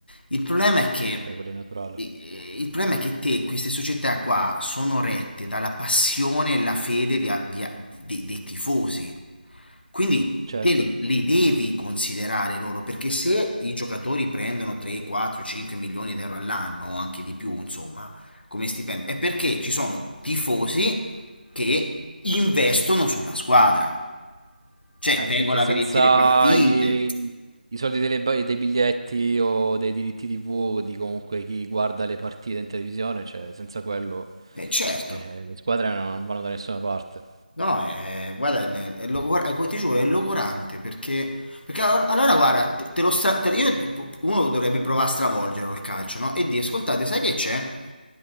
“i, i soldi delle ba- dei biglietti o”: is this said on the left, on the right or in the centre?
Right